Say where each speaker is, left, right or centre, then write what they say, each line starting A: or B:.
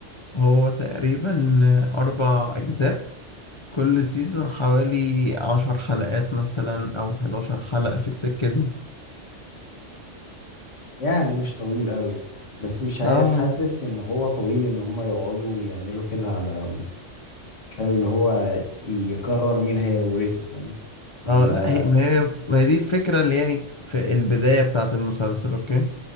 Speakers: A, on the left (about 35°); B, on the left (about 80°).
A: هو تقريبا اربع اجزاء كل سيزون حوالي عشر حلقات مثلا او حداشر حلقة في السكة دي
B: يعني مش طويل قوي بس مش عارف
A: اه
B: حاسس ان هو طويل ان هما يقعدوا يعملوا كده على فاهم اللي هو يقرر مين هيورثه فاهم ولا
A: اه لا هي ما هي ما هي دي الفكرة اللي هي إيه، في البداية بتاعة المسلسل اوكي